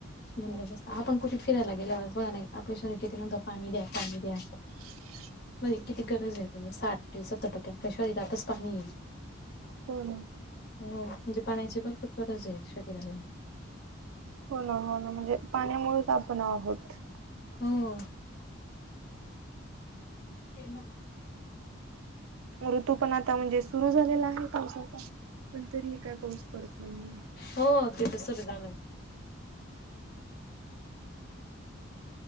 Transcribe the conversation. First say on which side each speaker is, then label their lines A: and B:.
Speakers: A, on the left; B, on the right.
A: <unintelligible> आपण कुठे फिरायला गेल्यावर बगा नाही, आपले शरीर किती म्हणत पाणी द्या, पाणी द्या.
B: <inaudible>
A: मग किती गरज आहे पहिेल साठ ते सत्तर टक्के आपल्या शहारीेत आातच पाणीय.
B: हो ना.
A: हो. म्हणजे पाण्याची पण खूप गरज आहे शरीराला.
B: हो ना हो ना म्हणजे, पाण्यामुळेच आपण आहोत.
A: हो. ते मग
B: ऋतू पण आता म्हणजे सुरू झालेला आहे पावसाचा. पण तरीही काय पाऊस पडत नाहीये.
A: हो ते तर सुर झालय.